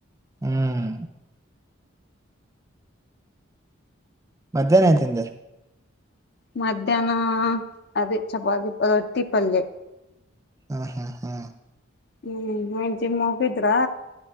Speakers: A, on the right; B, on the left.
A: ಹ್ಮ್ ಮಧ್ಯಾಹ್ನ ಆ್ತಿಂದೆ
B: ಮಧ್ಯಾಹ್ನ ಅದೇ ಚಪಾತಿ ರೊಟ್ಟಿ ಪಲ್ಯ
A: ಹಾ ಹಾ ಹಾ
B: ಹ್ಮ್ ಮನ್ ಜಿಮ್ ಹೋಗಿದ್ರಾ